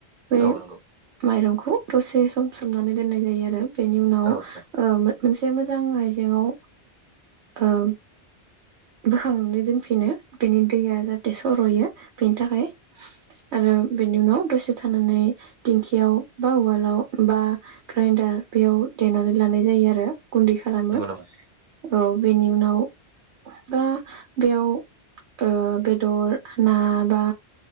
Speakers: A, on the right; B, on the right.
A: बे
B: औ नंगौ
A: माइरंखौ बेखौ दसे सम सोमनानै दोननाय जायो आरो। बेनि उनाव
B: औ आदसा
A: ओ मोनसे मोजां आइजेंआव ओम बोखांनानै दोनफिनो बेनि दैया जाहाथे सर'यो बेनि थाखाय‌। आरो बेनि उनाव दसे थानानै देंखियाव बा उवालाव बा ग्रेइन्डार बेयाव देनानै लानाय जायो आरो। गुन्दै खालामो
B: नंगौ नामा?
A: औ बेनि उनाव बा बेयाव ओ बेदर ना बा